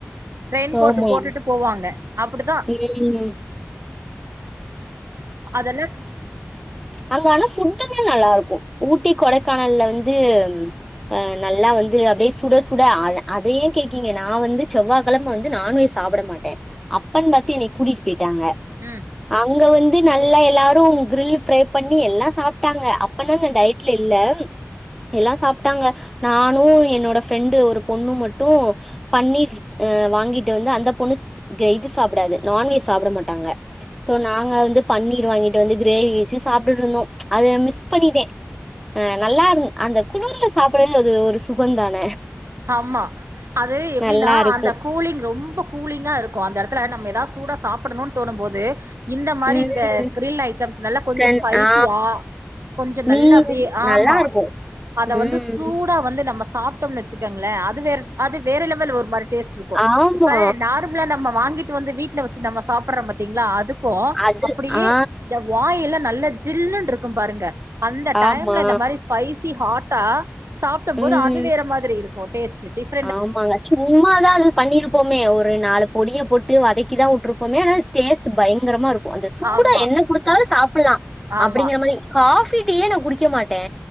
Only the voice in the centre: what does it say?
ஆமா
<unintelligible>
அங்க ஆனா ஃபுட்டுமே நல்லா இருக்கு ஊட்டி கொடைக்கானல்ல வந்து ஆ நல்லா வந்து அப்டியே சுட சுட அத அதையே கேக்கீங்க நா வந்து செவ்வகெழம வந்து நான்வெஜ் சாப்ட மாட்டே
அப்பன்னு பாத்து எனைய கூடிட்டு போய்ட்டாங்க
அங்க வந்து நல்லா எல்லாரு கிரில் ஃப்ரை பண்ணி எல்லா சாப்ட்டாங்க அப்பன்னா
நா டயட்ல இல்ல
எல்லா சாப்ட்டாங்க நானு என்னோட ஃப்ரெண்டு ஒரு பொண்ணு மட்டு
பன்னீர் ஆ வாங்கிட்டு வந்து அந்த பொண்ணு இது சாப்டாது நான்வெஜ் சாப்ட மாட் ட்டாங்க
சோ நாங்க வந்து பன்னீர் வாங்கிட்டு வந்து கிரேவி வெச்சு சாப்டுட்டு இருந்தோ அதே நா மிஸ் பண்ணிட்டே ஆ நல்லா இருந் அந்த குளுர்ல சாப்ட்றது அது ஒரு சுகந்தான
நல்லா இருக்கு
ம்
கண்
ஆ
மீன்
நல்லா இருக்கு
ம்
ஆமா
அது
ஆ
ஆமா
ம்
ஆமாங்க சூ சும்மாதா அது பண்ணிருப்போமே ஒரு நாலு பொடிய போட்டு வதக்கி தா வுட்ருப்போமே அனா டேஸ்ட்டு பயங்கரமா இருக்கூ அந்த சூடா
என்ன குடுத்தாலு சாப்ட்லா
அப்டிங்கற மாறி ஃகாபி டீயே நா குடிக்க மாட்டே